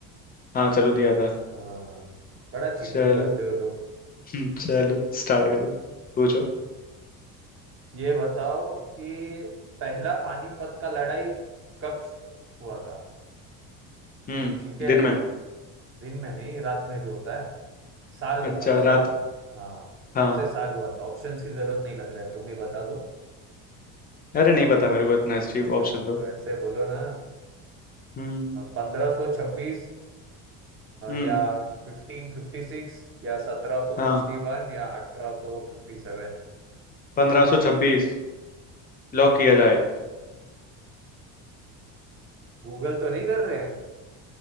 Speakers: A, on the left; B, on the right.
A: हाँ चलो दिया था
B: हाँ बड़ा चीटिंग
A: चलो
B: करते
A: <laughs>
B: हो तुम
A: चलो स्टार्ट करो पूछो
B: ये बताओ कि पहला पानीपत का लड़ाई कब श- हुआ था
A: हम्म
B: ठीक है
A: दिन में
B: दिन में नहीं रात में भी होता है साल बताओ
A: अच्छा
B: साल
A: रात
B: हाँ
A: हाँ
B: कौन से साल हुआ था ऑप्शंस की जरूरत नहीं लग रहा है तुम ही बता दो
A: अरे नहीं पता मेरे को इतना हिस्ट्री
B: अच्छा
A: ऑप्शन
B: तो
A: दो
B: ऐसे बोलो ना
A: हम्म
B: पंद्रह सौ छब्बीस
A: हम्म
B: या फिफ्टीन फिफ्टी सिक्स या सत्रह सौ
A: हाँ
B: सिक्सटी वन या अठारह सौ फिफ्टी सेवन
A: पंद्रह सौ छब्बीस लॉक किया जाए
B: गूगल तो नहीं कर रहे हैं?